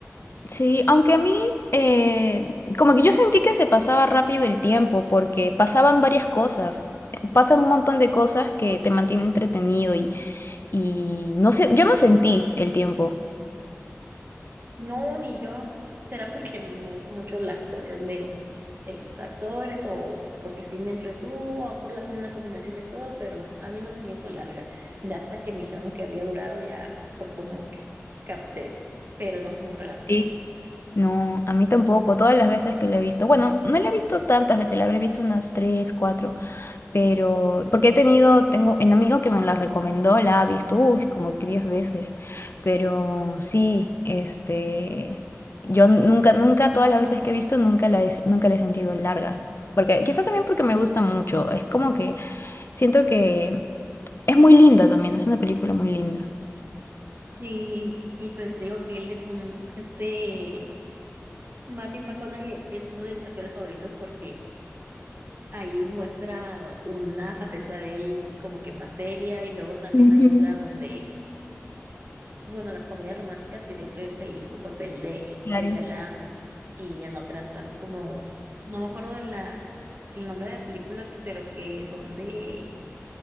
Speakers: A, on the left; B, on the right.
A: Sí, aunque a mí, eh, como que yo sentí que se pasaba rápido el tiempo, porque pasaban varias cosas. Pasan un montón de cosas que te mantienen entretenido y, y no sé, yo no sentí el tiempo.
B: No, ni yo. ¿Será porque no uso mucho la actuación de, de los actores o porque sí me entretuvo o por la, una combinación de todo? Pero a mí no se me hizo larga. Y hasta que me dijeron que había durado ya fue como que capté, pero no se me hizo larga.
A: Sí. No, a mí tampoco. Todas las veces que la he visto, bueno, no la he visto tantas veces, la habré visto unas tres, cuatro, pero porque he tenido, tengo un amigo que me la recomendó, la ha visto, uy, como que diez veces, pero sí, este, yo nunca, nunca, todas las veces que he visto, nunca la he, nunca la he sentido larga, porque quizás también porque me gusta mucho, es como que siento que es muy linda también, es una película muy linda.
B: Y, y pues digo que él es un, este, Matthew McConaughey es uno de mis actores favoritos porque ahí muestra una faceta de él como que más seria y luego también
A: Ujú.
B: hay otra donde bueno, las comedias románticas que siempre es el, su papel de,
A: Claro.
B: del galán y en otras también como, no me acuerdo de la, el nombre de la película, pero que son de,